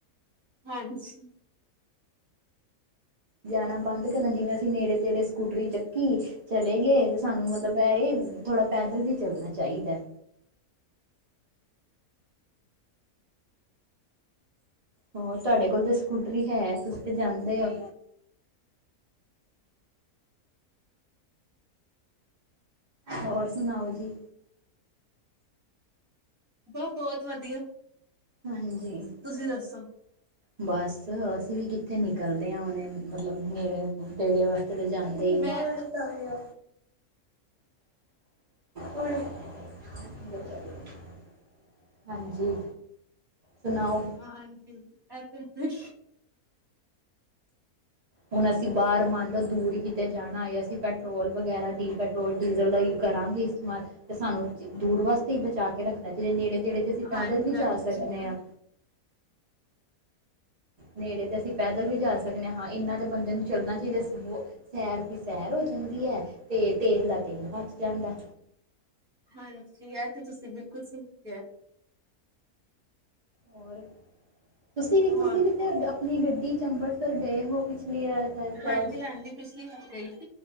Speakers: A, on the right (about 20°); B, on the right (about 80°).
A: ਹਾਂਜੀ
B: ਜਾਣਾ ਬੰਦ ਕਰਨਾ ਜਿਵੇਂ ਅਸੀਂ ਨੇੜੇ ਤੇੜੇ ਸਕੂਟਰੀ ਚੱਕੀ ਚਲੇ ਗਏ ਤੇ ਸਾਨੂੰ ਮਤਲਬ ਇਹ ਥੋੜ੍ਹਾ ਪੈਦਲ ਵੀ ਚੱਲਣਾ ਚਾਹੀਦਾ ਹੋਰ ਤੁਹਾਡੇ ਕੋਲ ਤੇ ਸਕੂਟਰਰੀ ਹੈ ਤਾ ਤੇ ਜਾਂਦੇ ਹੋ ਹੋਰ ਸੁਣਾਓ ਜੀ
A: ਬਹੁ ਬਹੁਤ ਵਧੀਆ
B: ਹਾਂਜੀ
A: ਤੁਸੀਂ
B: ਹੋਰ
A: ਦੱਸੋ
B: ਬਸ ਅਸੀਂ ਵੀ ਕਿੱਥੇ ਨਿਕਲਦੇ ਹਾਂ ਉਹਨੇ ਮਤਲਬ ਨੇੜੇ ਤੇੜੇ ਵਾਸਤੇ ਧਰ ਜਾਂਦੇ ਹੀ
A: ਮੈਂ
B: ਨਹੀਂ ਹੋਣੇ <inaudible> ਹਾਂਜੀ ਸੁਣਾਓ
A: ਹਾਂਜੀ ਏ <inaudible>
B: ਹੁਣ ਅਸੀਂ ਬਾਹਰ ਮੰਨ ਲਓ ਦੂਰ ਕਿਤੇ ਜਾਣਾ ਹੈ ਅਸੀਂ ਪੈਟਰੋਲ ਵਗੈਰਾ ਦੀ ਪੈਟਰੋਲ ਡੀਜ਼ਲ ਦਾ ਹੀ ਕਰਾਂਗੇ ਇਸਤੇਮਾਲ ਅਤੇ ਸਾਨੂੰ ਦੂਰ ਵਾਸਤੇ ਬਚਾ ਕੇ ਰੱਖਣਾ ਚਾਹੀਦੇ ਨੇੜੇ ਜਿਹੜੇ ਤੇ ਅਸੀਂ
A: ਹਾਂਜੀ-ਹਾਂਜੀ
B: ਪੈਦਲ ਵੀ ਜਾ ਸਕਦੇ ਹਾਂ ਨੇੜੇ ਤੇ ਅਸੀਂ ਪੈਦਲ ਵੀ ਜਾ ਸਕਦੇ ਹ ਹਾਂ ਇਹਨਾਂ ਦੇ ਬੰਦੇ ਨੂੰ ਚੱਲਣਾ ਚਾਹੀਦਾ ਸੀ ਸੈਰ ਦੀ ਸੈਰ ਹੋ ਜਾਂਦੀ ਹੈ ਤੇ ਤੇਲ ਦਾ ਤੇਲ ਬਚ ਜਾਂਦਾ
A: ਹਾਂਜੀ ਇਹ ਤੇ ਤੁਸੀਂ ਬਿਲਕੁਲ ਸਹੀ ਕਹਯਾ ਹੈ
B: ਹੋਰ ਤੁਸੀਂ ਵੀ
A: ਹੋਰ
B: ਤੁਸੀਂ ਵੀ ਤੁ ਆਪਣੀ ਗੱਡੀ ਚ ਅੰਬ੍ਰਿਤਸਰ ਗਏ ਹੋ ਪ <inaudible>
A: ਹਾਂਜੀ <unintelligible>